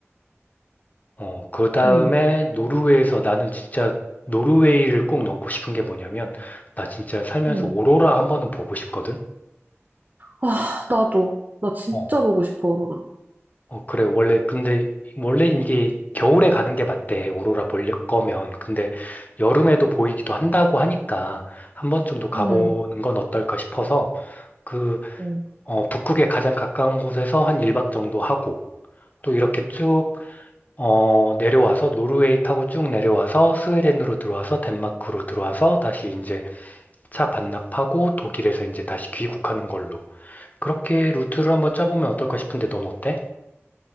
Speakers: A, on the left; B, on the right.
A: 어, 그 다음에
B: 응, 응.
A: 노르웨이에서 나는 진짜 노르웨이를 꼭 넣고 싶은 게 뭐냐면 나 진짜 살면서
B: 응.
A: 오로라 한 번은 보고 싶거든.
B: 아, 나도. 나 진짜
A: 어,
B: 보고 싶어, 오로라.
A: 어, 그래. 원래, 근데, 원래 이게 겨울에 가는 게 맞대. 오로라 볼 거면. 근데 여름에도 보이기도 한다고 하니까 한 번 정도 가보는
B: 응,
A: 건 어떨까 싶어서 그,
B: 응.
A: 어, 북극에 가장 가까운 곳에서 한 1박 정도 하고 또 이렇게 쭉, 어, 내려와서 노르웨이 타고 쭉 내려와서 스웨덴으로 들어와서 덴마크로 들어와서 다시 이제 차 반납하고 독일에서 이제 다시 귀국하는 걸로. 그렇게 루트를 한번 짜보면 어떨까 싶은데 넌 어때?